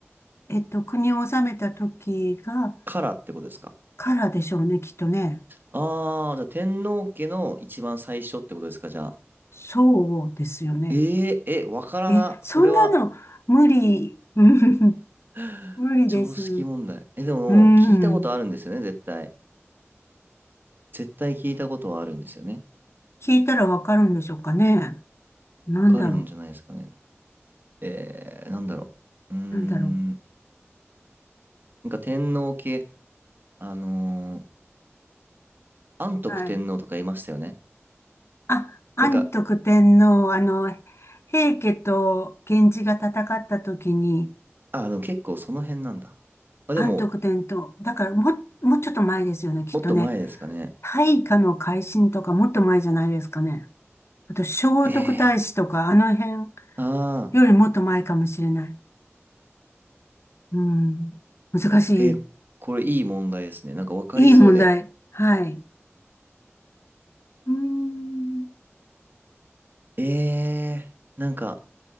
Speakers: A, on the left (about 65°); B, on the right (about 45°).
A: えっと、国を治めた時が、
B: からってことですか。
A: からでしょうね、きっとね。
B: ああ、じゃあ天皇家の一番最初ってことですか、じゃあ。
A: そうですよね。
B: えええ、わからな。
A: え、そんなの無理、
B: それは
A: うん
B: <sighs>
A: 無理です。
B: 常識問題。
A: う
B: え、でも、
A: ん。
B: 聞いたことあるんですよね、絶対。絶対聞いたことはあるんですよね。
A: 聞いたらわかるんでしょうかね。なんだろ
B: わかるんじゃないですかね。えー、なんだろう。うーん。
A: う、なんだろう。
B: なんか天皇家、あのー安徳天皇とかいましたよね。
A: はい。あ、安徳天皇、
B: なんか、
A: あの、平家と源氏が戦った時に、
B: あ、でも結構その辺なんだ。あ、
A: 安徳天皇、
B: でも、
A: だからもう、もうちょっと前ですよね、きっとね。
B: もっと前ですかね。
A: 大化の改新とかもっと前じゃないですかね。あと、聖徳太子とか、
B: え
A: あの辺
B: ー、ああ、
A: よりもっと前かもしれない。うん。難しい。
B: え、これいい問題ですね。なんかわかりそうで。
A: いい問題。はい。うーん。
B: ええー、なんか、